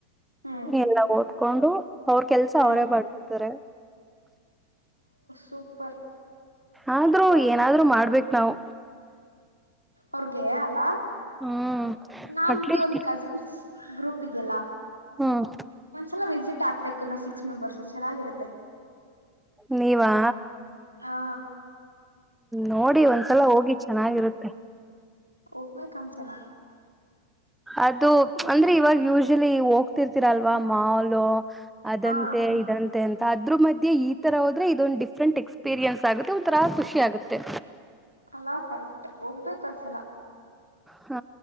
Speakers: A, on the right; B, in the centre.
A: ಹ್ಮ್
B: ಎಲ್ಲ ಓದ್ಕೊಂಡು ಅವ್ರ ಕೆಲ್ಸ
A: ಹ್ಮ್
B: ಅವರೇ ಬಡ್ಕೊತಾರೆ <unintelligible>
A: ಸೂಪ್ಪರ್
B: ಆದ್ರೂ ಏನಾದ್ರು ಮಾಡ್ಬೇಕ್ ನಾವು
A: ಅವ್ರಗೆ ಅಲ
B: ಹ್ಮ್
A: ನಮ್ದು
B: ಅಟ್ಲೀಸ್ಟ್
A: ಒಂದ್ ಕಜಿನ್ಸ್ ಗ್ರೂಪ್ <unintelligible> ಗೆಲ್ಲ
B: ಹ್ಮ್
A: ಒಂದ್ಸಲ ವಿಸಿಟ್ ಹಾಕ್ಬೇಕು ನಾ ಸಿ ಸಿಕ್ಸ್ ಮೆಂಬರ್ಸ್ ಚೆನ್ನಾಗಿರುತ್ತೆ
B: ನೀವಾ
A: ಹಾ
B: ನೋಡಿ ಒಂದ್ಸಲ ಹೋಗಿ ಚೆನ್ನಾಗಿರುತ್ತೆ
A: ಹೋಗ್ಬೇಕ ಅನ್ಸಲ್ಲ
B: ಅದು ಅಂದ್ರೆ ಇವಾಗ ಯೂಶಲಿ ಹೋಗ್ತ ತಿರ್ತಿರಲ್ವಾ ಮಾಲು ಅದಂತೆ
A: ಹಾ
B: ಇದಂತೆ ಅದ್ರು ಮಧ್ಯೆ ಈ ತರ ಹೋದ್ರೆ ಇದೊಂದಂದು ಡಿಫ್ರೆಂಟ್ ಎಕ್ಸ್ಪೀರಿಯನ್ಸ್ ಆಗುತ್ತೆ ಒನ್ ತರಾ ಖುಷಿ ಆಗುತ್ತೆ
A: ಅಲ್ಲಾ ಕರೆಕ್ಟ್ ಹೋಗ್ಬೇಕ ಒಂದ್ಸಲ
B: ಹ